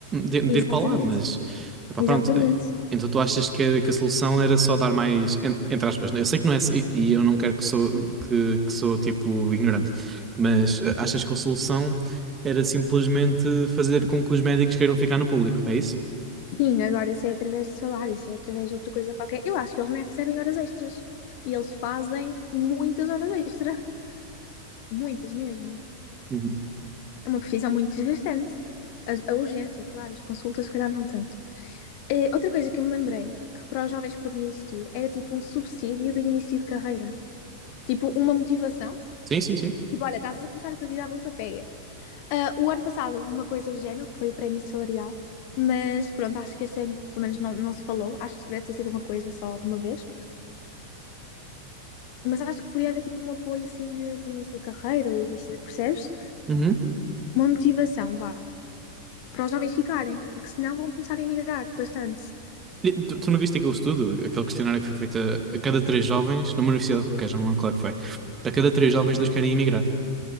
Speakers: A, on the right; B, on the left.
A: de, de
B: Exatamente,
A: ir para lá, mas epá,
B: exatamente.
A: pronto. Eh, Então tu achas que, que a solução era só dar mais, en- entre aspas, né? eu sei que não é, e e eu não quero que sou, que, que sou tipo ignorante, mas eh, achas que a solução era simplesmente fazer com que os médicos queiram ficar no público, é isso?
B: Sim, agora se é através de salário, se é através de outra coisa qualquer, eu acho que eles nem recebem horas extras. E eles fazem muitas horas extra, <laughs> muitas mesmo.
A: Uhum.
B: É uma profissão muito desgastante. A, a urgência, claro, as consultas, se calhar, não tanto. Eh, outra coisa que eu me lembrei que para os jovens podia existir era tipo um subsídio de início de carreira, tipo uma motivação.
A: Sim, sim, sim.
B: Tipo, olha, estás a começar a tua vida adulta, pega Ah, o ano passado houve uma coisa do género, que foi o prémio salarial, mas pronto, acho que este ano, pelo menos, não, não se falou. Acho que deve ter sido uma coisa só de uma vez. Mas acho que podia haver tipo um apoio assim de, de início de carreira ou de início de, percebes?
A: Uhum.
B: Uma motivação, vá, para os jovens ficarem, porque senão vão começar a emigrar bastante.
A: E Tu, tu não viste aquele estudo, aquele questionário que foi feito a, a cada três jovens, numa universidade qualquer, já não lembro qual é que foi. A cada três jovens, dois querem emigrar.